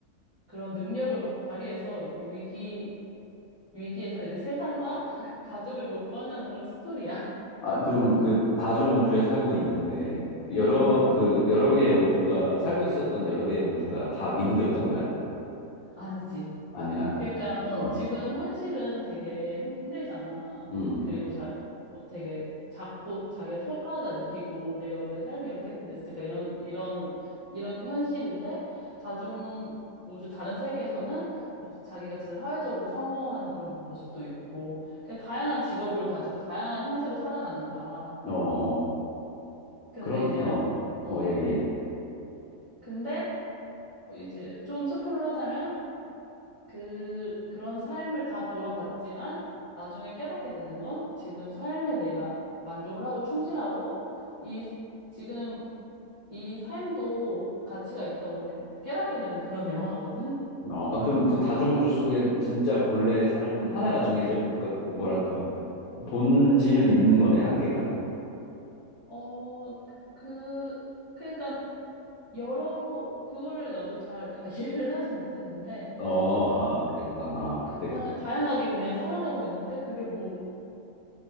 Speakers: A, on the right; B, on the left.
A: 그런 능력을 막 발휘해서 이제 위기, 위기에서 이제 세상과 <laughs> 가족을 뭐 구한다는 그런 스토리야.
B: 아, 그러면 그 다중 우주에 살고 있는데, 여러,
A: 응, 응,
B: 그, 여러 개의 우주가, 살고 있었던 여러 개의 우주가 다 미국이었던
A: 응, 응.
B: 거야?
A: 아니지.
B: 아니야.
A: 그러니까 어
B: 어,
A: 지금 현실은 되게 힘들잖아.
B: 음,
A: 그리고 자 어, 되게 작고 자기가 초라하다 느끼고 내가 왜 삶이 이렇게 됐을까 이런 이런 이런 현실인데 다중 우주 다른 세계에서는 막 자기가 진짜 사회적으로 성공한 그런 모습도 있고 그 다양한 직업을 가지고 다양한 형태로 살아가는 거야.
B: 어, 어.
A: 근데
B: 그럼,
A: 이제 어
B: 어,
A: 어.
B: 어, 얘기, 얘기.
A: 근데 이제 조금 스포를 하자면 그, 그런 삶을 다 돌아봤지만 나중에 깨닫게 되는 건 지금 삶에 내가 만족을 하고 충실하고 이, 지금 이 삶도 가치가 있다고 이렇게 깨닫게 되는 그런 <laughs> 영화거든.
B: 어, 아, 그럼 그 다중 우주 속에
A: 음.
B: 진짜 본래의 삶은 하나가 정해져, 그러니까, 뭐랄까, 본질은 있는 거네, 한계가?
A: 어, 그, 그러니까 여러, 그거를 나도 잘 <laughs> 이해를 하진 못했는데,
B: 어, 아, 그랬구나.
A: 어,
B: 아,
A: 그,
B: 그래.
A: 다,
B: 그래.
A: 다양하게 그냥 살아가고 있는데 그게 뭐,